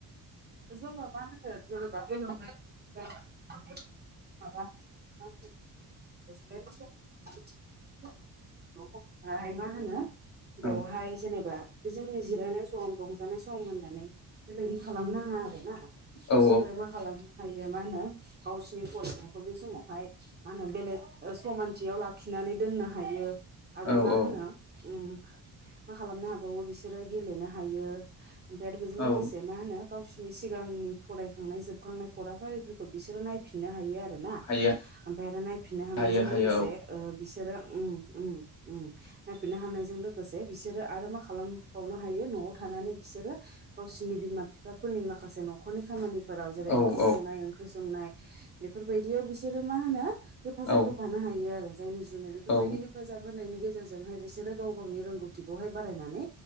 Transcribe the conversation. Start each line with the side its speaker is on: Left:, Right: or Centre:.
Right: जोङो मा होनो <inaudible> <inaudible> <inaudible> हाय मा होनो बेवहाय
Left: औ
Right: जेनेबा बे जोंनि जिरायनाय सम रंजानाय सम होननानै बेबायदि खालाम नाङा आरो ना बिसोरो
Left: औ
Right: मा खालामनो हायो मा होनो गावसोर नि फरायनायखौ बे समावहाय मा होनो बेलेग समानथियाव लाखिनानै दोननो हायो आरो
Left: औ
Right: मा होनो
Left: औ
Right: उम मा खालामनो हाबावो बिसोरो गेलेनो हायो ओमफ्राय आरो बेजों लोगोसे
Left: औ
Right: मा होनो गावसिर नि सिगांनि फरायखांनाय जोबखांनाय फराफारिफोरखौ बिसोरो नायफिननो हायो आरो आरो ना
Left: हायो
Right: ओमफ्राय आरो नायफिननो हानायजों
Left: हायो हायो
Right: लोगोसे
Left: औ
Right: ओ बिसोरो उम उम उम नायफिननो हानायजों लोगोसे बिसोरो आरो मा खालामबावनो हायो न'आव थानानै बिस सोरो गावसिनि बिमा बिफाफोरनि मा खासे न'खरनि खामानिफोराव जेरै
Left: औ
Right: ओंखाम
Left: औ
Right: संनाय ओंख्रि संनाय बेफोर बायदियाव बिसोरो मा होनो हेफाजाब
Left: औ
Right: होफानो हायो आरो जायनि जुनै बेफोर
Left: औ
Right: बायदि हेफाजाब होनायनि गेजेरजों गेरजोंहाय बिसोरो गाव गावनि रोंगौथिखौहाय बारायनानै